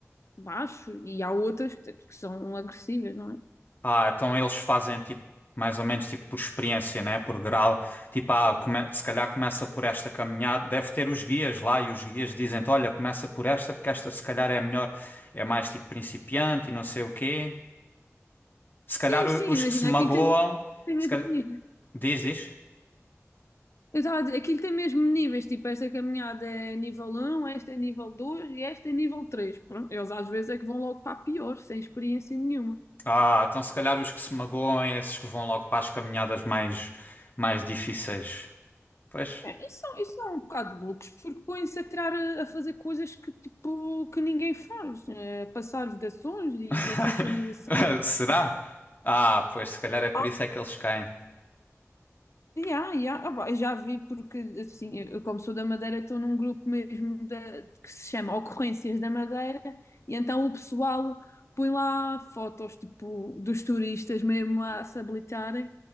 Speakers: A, on the left; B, on the left.
A: baixo e há outras que, que são agressivas, não é?
B: Ah, então eles fazem tipo mais ou menos tipo por experiência, né? Por grau. Tipo, ah, come- se calhar começa por esta caminhada, deve ter os guias lá e os guias dizem-te, olha, começa por esta porque esta se calhar é a melhor, é mais tipo principiante e não sei o quê.
A: Sim,
B: Se calhar o-
A: sim,
B: os
A: imagina,
B: que se magoam,
A: aquilo tem, tem mesmo
B: se calhar...
A: níveis.
B: diz, diz.
A: Eu estava a dizer, aquilo tem mesmo níveis, tipo, esta caminhada é nível um esta é nível 2 e esta é nível três Pronto, eles às vezes é que vão logo para a pior, sem experiência nenhuma.
B: Ah, então se calhar os que se magoam é esses que vão logo para as caminhadas mais mais difíceis. Pois.
A: É, isso, é- isso é um bocado de loucos, porque põem-se a tirar a, a fazer coisas que, tipo, que ninguém faz, eh, passar vedações e
B: <laughs>
A: essas cenas assim.
B: Será? Ah, pois se calhar é por
A: Ah,
B: isso é que eles caem.
A: yeah, yeah. Ah, pá, eu já vi, porque assim, eu, eu como sou da Madeira, estou num grupo mesmo da- que se chama Ocorrências da Madeira, e então o pessoal põe lá fotos, tipo, dos turistas mesmo a se habilitarem,